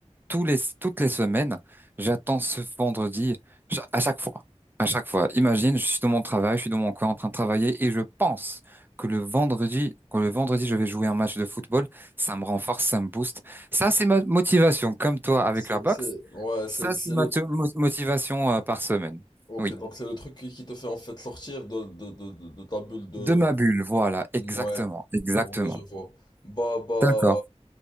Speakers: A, on the right; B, on the left.
A: tous les, toutes les semaines, j'attends ce vendredi ch- à chaque fois. À chaque fois. Imagine, je suis dans mon travail, je suis dans mon coin en train de travailler et je pense que le vendredi, que le vendredi, je vais jouer un match de football. Ça me renforce, ça me booste. Ça, c'est ma motivation, comme toi avec
B: C'est,
A: la boxe.
B: c'est, ouais,
A: Ça,
B: c'est,
A: c'est
B: c'est
A: ma
B: le,
A: to- mo- motivation euh, par semaine.
B: ok,
A: Oui.
B: donc c'est le truc qui, qui te fait en fait sortir de, de, de, de de ta bulle de,
A: De ma bulle, voilà, exactement,
B: ouais,
A: exactement.
B: ouais, je vois. Bah, bah,
A: D'accord.